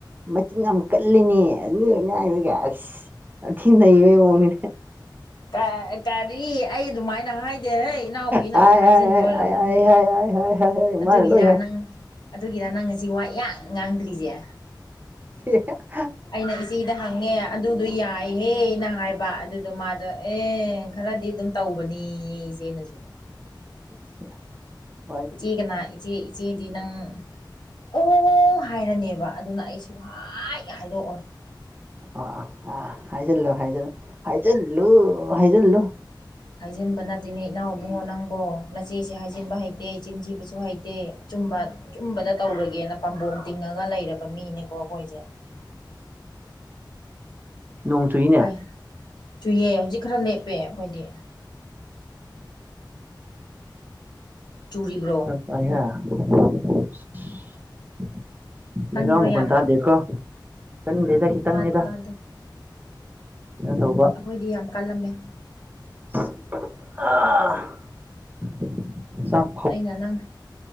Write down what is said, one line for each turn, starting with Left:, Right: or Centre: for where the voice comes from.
Right: ꯃꯆꯤꯟ ꯌꯥꯝ ꯀꯜꯂꯤꯅꯦ ꯑꯗꯨꯒꯤ ꯑꯉꯥꯡꯗꯨꯒ ꯑꯁ ꯌꯥꯝꯊꯤꯅꯩꯕꯩ ꯃꯑꯣꯡꯅꯤꯅꯦ
Left: ꯀꯥ ꯀꯔꯤ ꯑꯩ ꯑꯗꯨꯃꯥꯏꯅ ꯍꯥꯏꯗꯦ ꯍꯩ ꯏꯅꯥꯎꯄꯤꯅ
Right: ꯍꯥꯏ
Left: ꯑꯃꯨꯛ ꯍꯥꯏꯖꯤꯟꯕ
Right: ꯍꯥꯏ ꯍꯥꯏ ꯍꯥꯏ
Left: ꯑꯣꯏꯔꯝꯃꯅꯤ
Right: ꯍꯥꯏ ꯍꯥꯏ ꯍꯥꯏ ꯍꯥꯏ ꯍꯥꯏ ꯍꯥꯏ ꯃꯥꯅ
Left: ꯑꯗꯨꯒꯤꯔ
Right: ꯂꯣꯏ ꯍꯥꯏ
Left: ꯅꯪ ꯑꯗꯨꯒꯤꯔ ꯅꯪ ꯉꯁꯤ ꯋꯥ ꯏꯉꯥꯡ ꯉꯥꯡꯗ꯭ꯔꯤꯁꯦ
Right: <unintelligible>
Left: ꯑꯩꯅ ꯏꯆꯦꯗ ꯍꯪꯉꯦ ꯑꯗꯨꯗꯣ ꯌꯥꯏꯍꯦꯅ ꯍꯥꯏꯕ ꯑꯗꯨꯗꯣ ꯃꯥꯗꯣ ꯑꯦ ꯈꯔꯗꯤ ꯑꯗꯨꯝ ꯇꯧꯕꯅꯤꯌꯦ ꯏꯆꯦꯅꯁꯨ
Right: <unintelligible>
Left: ꯏꯆꯤ ꯀꯅꯥ ꯏꯆꯦ ꯏꯆꯦꯗꯤ ꯅꯪ ꯑꯣ ꯍꯥꯏꯔꯅꯦꯕ ꯑꯗꯨꯅ ꯑꯩ ꯁꯨꯡꯍꯥꯏ ꯍꯥꯏꯗꯣꯛꯑꯣꯏ
Right: ꯑꯣ ꯑ ꯍꯥꯏꯖꯜꯂꯨ ꯍꯥꯏꯖꯜꯂꯨ ꯍꯥꯏꯖꯟꯂꯨ ꯍꯥꯏꯖꯟꯂꯨ
Left: ꯍꯥꯏꯖꯤꯟꯕ ꯅꯠꯇꯦꯅꯦ ꯏꯅꯥꯎ ꯏꯕꯨꯡꯉꯣ ꯅꯪꯕꯣ ꯅꯆꯦꯁꯦ ꯍꯥꯏꯖꯤꯟꯕ ꯍꯩꯇꯦ ꯆꯤꯟꯊꯤꯕꯁꯨ ꯍꯩꯇꯦ ꯑꯆꯨꯝꯕ ꯑꯆꯨꯝꯕꯗ ꯇꯧꯔꯒꯦꯅ ꯄꯥꯝꯕꯣꯝ ꯇꯤꯡꯉꯒ ꯂꯩꯔꯕ ꯃꯤꯅꯤꯀꯣ ꯑꯈꯣꯏꯁꯦ
Right: ꯅꯣꯡ ꯆꯨꯏꯅꯦ
Left: ꯀꯩ ꯆꯨꯏꯌꯦ ꯍꯧꯖꯤꯛ ꯈꯔ ꯂꯦꯞꯄꯦ ꯑꯈꯣꯏꯗꯤ ꯆꯨꯔꯤꯕ꯭ꯔꯣ
Right: <unintelligible> <unintelligible>
Left: ꯀꯟꯕ꯭ꯔꯣ
Right: ꯃꯈꯣꯟ
Left: ꯌꯥꯝꯅ
Right: ꯇꯥꯗꯦꯀꯣ ꯀꯟꯗꯦꯗ ꯈꯤꯇꯪꯅꯤꯗ
Left: ꯇꯥ ꯇꯥꯗꯦ
Right: ꯇꯧꯕ
Left: ꯈꯣꯏꯗꯤ ꯌꯥꯝ ꯀꯜꯂꯝꯃꯦ
Right: <unintelligible>
Left: ꯑꯩꯅ ꯅꯪ